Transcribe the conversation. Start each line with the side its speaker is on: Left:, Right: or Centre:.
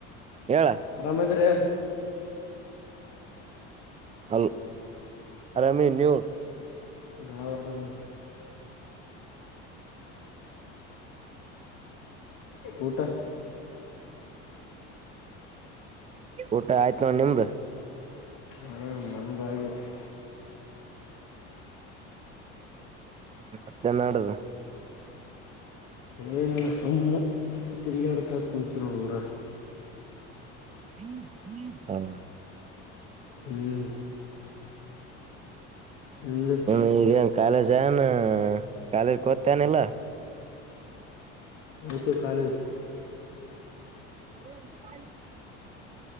Right: ಹೇಳ
Left: ಆರಾಮದ್ರನ್
Right: ಅ ಅಾಮಿ ನ್ಯೂ
Left: ನಾವ ವರಾಮ ಊಟ
Right: ಊಟ ಆಯ್ತ ನೋ ನಿಮ್ದ
Left: ಹಾ ನಮ್ದಾಗಿತ್ತು
Right: ಮತ್ತೆನ್ನಡದು
Left: ಏನಿಲ್ಲ ಸುಮ್ಮು ತಿರುಗಾಡ ಅಡಕತ್ ಕುಂಚು ನೋಡ ಊರ
Right: ಹ್ಮ ಹ್ಮ ಹಾ
Left: ಹ್ಮ್ ನಿಮ್ದು
Right: ನಿಮ ಈಗ ಕಾಲೇಜ್ ನ್ ಕಾಲೇಜ್ ಕತೇನಿಲ್ಲ
Left: ಹತ್ತ ಕಾಲೇಜ
Right: ಹ